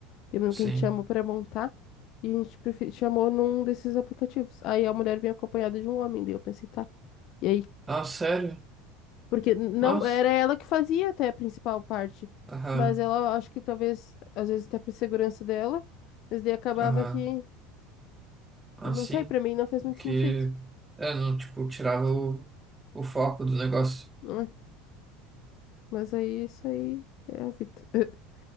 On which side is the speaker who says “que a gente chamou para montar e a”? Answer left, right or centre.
Left